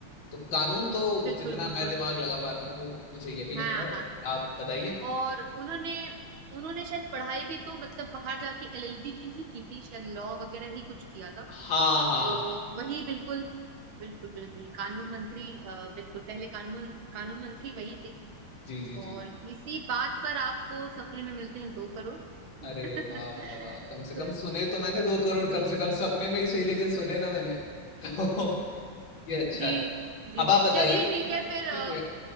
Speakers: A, on the left (about 60°); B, on the right (about 70°).
A: तो कानून तो
B: बिल्कुल
A: जितना
B: बिल्कुल
A: मैं दिमाग लगा पाता हूँ मुझे यही लगता
B: हाँ हाँ
A: है
B: हाँ।
A: आप बताइए
B: और उन्होंने उन्होंने शायद पढ़ाई भी तो मतलब बाहर जाके एलएलबी की ही की थी शायद लॉ वगैरह ही कुछ किया था
A: हाँ हाँ
B: तो
A: हाँ
B: वही बिल्कुल बिल्कुल बिल्कुल कानून मंत्री अ, बिल्कुल पहले कानून कानून मंत्री वही थे
A: जी जी जी
B: और
A: जी
B: इसी बात पर आपको सपने में मिलते हैं दो करोड़
A: अरे
B: <laughs>
A: वाह वाह वाह कम से
B: तो
A: कम सुने तो मैंने दो करोड़ कम
B: जी
A: से कम
B: जी
A: सपने
B: जी <laughs>
A: में ही सही लेकिन सुने ना मैंने तो <laughs> ये अच्छा
B: जी
A: है
B: जी
A: अब
B: जी
A: आप बताइए
B: चलिए ठीक
A: कि
B: है फिर अ,
A: ठीक है